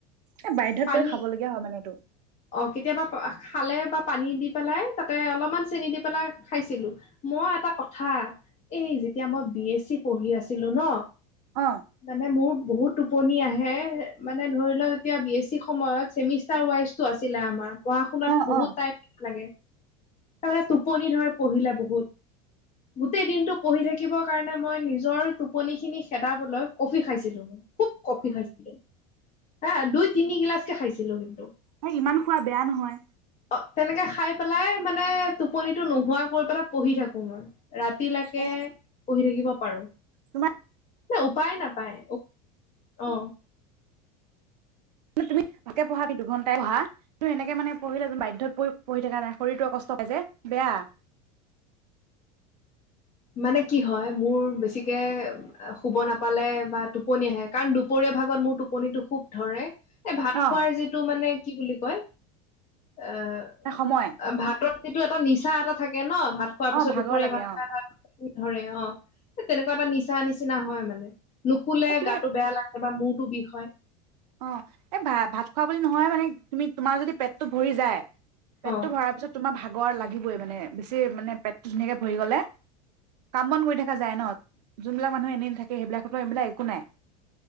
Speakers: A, on the right; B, on the left.
A: এ বাধ্যত
B: পানী
A: পৰি খাব লগীয়া হয় মানে এইটো।
B: অ কেতিয়াবা খালে বা পানী দি পেলাই তাতে অলপমান চেনি দি পেলাই খাইছিলো। মই এটা কথা এই যেতিয়া মই বি এছ চি পঢ়ি আছিলো ন,
A: অ
B: মানে মোৰ বহুত টোপনি আহে মানে ধৰি লওক এতিয়া বি এছ চিৰ সময়ত চেমিষ্টাৰ ৱাইজটো আছিলে আমাৰ পঢ়া শুনাত
A: অ
B: বহুত
A: অ
B: টাইম লাগে। তাতে টোপনি ধৰে পঢ়িলে বহুত। গোটেই দিনটো পঢ়ি থাকিবৰ কাৰণে মই নিজৰ টোপনি খিনি খেদাবলৈ কফি খাইছিলো মই খুব কফি খাইছিলো, হা দুই তিনি গিলাচকে খাইছিলো কিন্তু।
A: হ ইমান খোৱা বেয়া নহয়।
B: অ তেনেকে খাই পেলাই মানে টোপনিটো নোহোৱা কৰি পেলাই পঢ়ি থাকো মই। ৰাতিলৈকে
A: এ
B: পঢ়ি থাকিব পাৰো।
A: তোমাৰ
B: উপায় নাপায় অ
A: তুমি তাকে পঢ়া দুঘন্টাই পঢ়া সেনেকে মানে পঢ়িলে বাধ্যত পঢ়ি থকা নাই শৰীৰটো কষ্ট পাই যে বেয়া।
B: মানে কি হয় মোৰ বেছিকে শুব নাপালে বা টোপনি আহে কাৰণ দুপৰীয়া ভাগত মোৰ টোপনিটো খুব ধৰে। এ ভাত
A: অ
B: খোৱাৰ যিটো মানে কি বুলি কয়। এ
A: সময়
B: ভাতত। সেইটো এটা নিচা এটা থাকে ন। ভাত খোৱাৰ
A: অ
B: পিছত
A: ভাগৰ
B: দুপৰীয়া
A: লাগে
B: ভাত খাই
A: অ
B: ধৰে অ তেনেকুৱা এটা নিচা নিচিনা হয় মানে। নুশুলে
A: এ তুমি
B: গাটো বেয়া লাগে বা মূৰ বিষ হয়।
A: অ এই ভা ভাত খোৱা বুলি নহয় মানে তুমি তোমাৰ যদি পেটটো ভৰি যায়। পেটটো
B: অ
A: ভৰাৰ পিছত তোমাৰ ভাগ ভাগৰ লাগিবই মানে বেছি মানে পেটটো ধুনীয়াকে ভৰি গলে কাম বন কৰি থাককা যায় ন যোনবিলাক মানুহ এনেথাকে সেইবিলাকতো এইবিলাক একো নাই